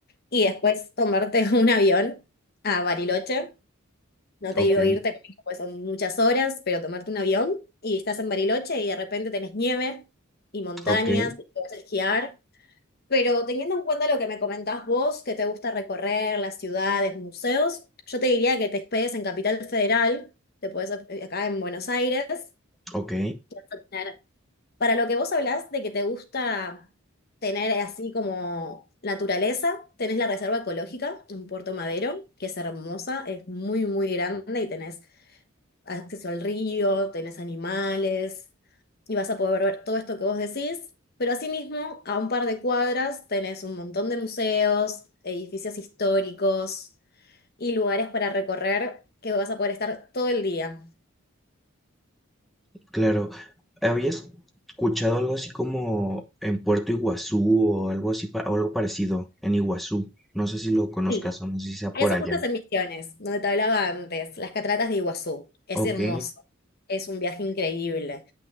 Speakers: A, on the left (about 50°); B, in the centre.
A: y después tomarte <laughs> un avión a Bariloche No te
B: Ok,
A: digo irte, porque pues son muchas horas, pero tomarte un avión y estás en Bariloche y de repente tenés nieve y montañas,
B: ok.
A: y te vas a esquiar. Pero teniendo en cuenta lo que me comentás vos, que te gusta recorrer las ciudades, museos, yo te diría que te hospedes en Capital Federal, te puedes acá en Buenos Aires. que
B: Ok,
A: vas a tener- Para lo que vos hablás de que te gusta tener así como naturaleza, tenés la Reserva Ecológica en Puerto Madero, que es hermosa, es muy, muy grande y tenés acceso al río, tenés animales y vas a poder ver todo esto que vos decís, pero asimismo, a un par de cuadras tenés un montón de museos, edificios históricos y lugares para recorrer que vas a poder estar todo el día.
B: claro. Habías escuchado algo así como en Puerto Iguazú o algo así pa- o algo parecido en Iguazú? No sé si lo conozcas
A: Sí.
B: o no sé si sea por
A: Eso
B: allá.
A: justo es en Misiones, donde te hablaba antes, las cataratas de Iguazú. Es
B: Ok,
A: hermoso, es un viaje increíble.